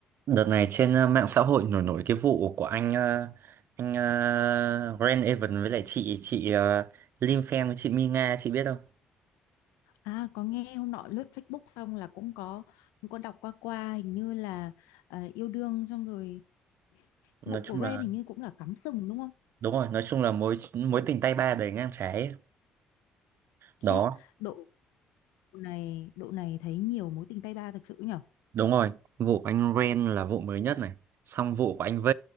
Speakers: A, on the right (about 55°); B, on the left (about 75°).
A: Đợt này trên ờ, mạng xã hội nổi nổi cái vụ của anh ờ, anh uh, Grant Evan với lại chị chị ờ, Lim Fan với chị Mi Nga chị biết không?
B: À, có nghe hôm nọ lướt Facebook xong là cũng có cũng có đọc qua qua hình như là ờ, yêu đương xong rồi
A: Nói
B: vụ
A: chung
B: của
A: là
B: Ren hình như cũng là cắm sừng đúng không?
A: đúng rồi, nói chung là mối mối tình tay ba đầy ngang trái. ấy.
B: Khiếp,
A: Đó,
B: độ này độ này thấy nhiều mối tình tay ba thực sự nhở
A: đúng rồi. Vụ của anh Grant là vụ mới nhất này. Xong vụ của anh V,